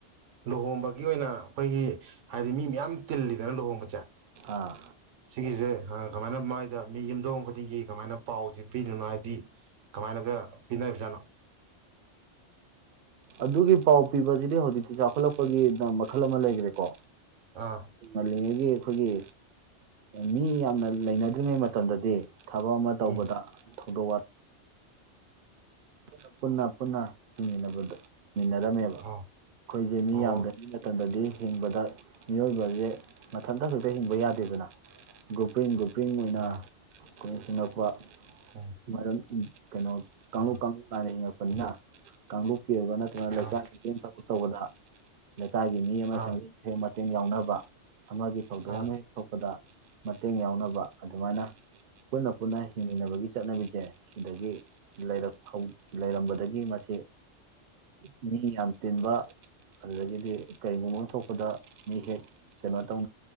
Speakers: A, on the right (about 85°); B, on the right (about 55°).
A: ꯂꯨꯍꯣꯡꯕꯒꯤ ꯑꯣꯏꯅ ꯑꯩꯈꯣꯏꯒꯤ ꯍꯥꯏꯗꯤ ꯃꯤ ꯃꯌꯥꯝ ꯇꯤꯜꯂꯤꯗꯅ ꯂꯨꯍꯣꯡꯕꯁꯦ
B: ꯑꯥ
A: ꯁꯤꯒꯤꯁꯦ ꯑ ꯀꯃꯥꯏꯅ ꯃꯥꯏꯗ ꯃꯤ ꯌꯨꯝꯊꯣꯡ ꯈꯨꯗꯤꯡꯒꯤ ꯀꯃꯥꯏꯅ ꯄꯥꯎꯁꯤ ꯄꯤꯔꯤꯅꯣ ꯍꯥꯏꯗꯤ ꯀꯃꯥꯏꯅꯒ ꯄꯤꯅꯔꯤꯕꯖꯥꯠꯅꯣ
B: ꯑꯗꯨꯒꯤ ꯄꯥꯎ ꯄꯤꯕꯁꯤꯗꯤ ꯍꯧꯖꯤꯛꯇꯤ ꯆꯥꯎꯈꯠꯂꯛꯄꯒꯤ ꯃꯈꯜ ꯑꯃ ꯂꯩꯈ꯭ꯔꯦꯀꯣ
A: ꯑꯥ
B: ꯑꯜꯂꯤꯉꯒꯤ ꯑꯩꯈꯣꯏꯒꯤ ꯃꯤ ꯌꯥꯝꯅ ꯂꯩꯅꯗ꯭ꯔꯤꯉꯩ ꯃꯇꯝꯗꯗꯤ ꯊꯕꯛ ꯑꯃ
A: ꯎꯝ
B: ꯇꯧꯕꯗ ꯊꯧꯗꯣꯋꯥꯠ ꯄꯨ ꯄꯨꯟꯅ ꯄꯨꯟꯅ ꯆꯤꯡꯃꯤꯟꯅꯕꯗꯨ ꯃꯤꯟꯅꯔꯝꯃꯦꯕ
A: ꯑꯣ
B: ꯑꯩꯈꯣꯏꯁꯦ ꯃꯤ
A: ꯑꯣ
B: ꯌꯥꯝꯗ꯭ꯉꯩ ꯃꯇꯝꯗꯗꯤ ꯍꯤꯡꯕꯗ ꯃꯤꯑꯣꯏꯕꯁꯦ ꯃꯊꯟꯇ ꯈꯛꯇ ꯍꯤꯡꯕ ꯌꯥꯗꯦꯗꯅ ꯒ꯭ꯔꯨꯞꯔꯤꯟ ꯒ꯭ꯔꯨꯞ ꯄꯔꯤꯡ ꯑꯣꯏꯅ
A: ꯑꯥ
B: ꯈꯣꯏ ꯏꯄꯥꯎꯄ
A: ꯎꯝ
B: ꯃꯔꯝ ꯏ ꯀꯩꯅꯣ ꯀꯥꯡꯂꯨꯞ
A: ꯎꯝ
B: ꯀꯥꯡꯂꯨꯞ ꯑ ꯃꯥꯄꯟꯅ ꯀꯥꯡꯂꯨꯞ ꯑꯣꯏꯕ ꯅꯠꯇ꯭ꯔꯒꯅ
A: ꯑꯥ
B: ꯂꯩꯀꯥꯏ <inaudible> ꯊꯕꯥꯛ ꯇꯧꯕꯗ꯫ ꯂꯩꯀꯥꯏꯒꯤ ꯃꯤ ꯑꯃ
A: ꯑꯥ
B: <inaudible> ꯁꯦꯡꯕ ꯃꯇꯦꯡ ꯌꯥꯎꯅꯕ ꯑꯃꯒꯤ ꯊꯧꯗꯣꯛ
A: ꯑꯥ
B: ꯑꯃ ꯍꯦꯛ ꯊꯣꯛꯄꯗ ꯃꯇꯦꯡ ꯌꯥꯎꯅꯕ ꯑꯗꯨꯃꯥꯏꯅ ꯄꯨꯟꯅ ꯄꯨꯟꯅ ꯍꯤꯡꯃꯤꯟꯅꯕꯒꯤ ꯆꯠꯅꯕꯤꯁꯦ ꯁꯤꯗꯒꯤ ꯂꯩꯔꯛ ꯂꯩꯔꯝꯕꯗꯒꯤ ꯃꯁꯤ ꯃꯤ ꯌꯥꯝ ꯇꯤꯟꯕ ꯑꯗꯨꯗꯒꯤꯗꯤ ꯀꯔꯤꯒꯨꯝꯕ ꯑꯃ ꯊꯣꯛꯄꯗ ꯃꯤ ꯍꯦꯛ ꯀꯩꯅꯣ ꯇꯧ